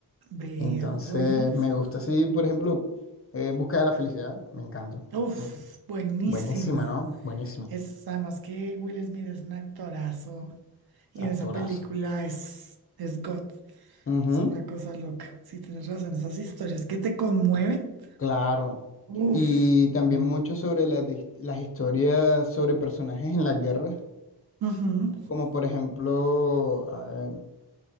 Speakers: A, on the right; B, on the left.
A: Vea,
B: Entonces,
A: pues.
B: me gusta así, por ejemplo, eh, En busca de la felicidad, me encanta,
A: Uf,
B: me encanta.
A: buenísima.
B: Buenísima, ¿no? Buenísima,
A: Es además que Will Smith es un actorazo. Y
B: actorazo.
A: en esa película es, es God.
B: Ujú.
A: Es una cosa loca. Sí, tienes razón. Esas historias que te conmueven.
B: Claro.
A: Uf,
B: Y también
A: ahora.
B: mucho sobre las, dis- las historias sobre personajes en las guerras,
A: Ujú.
B: como por ejemplo, a ver,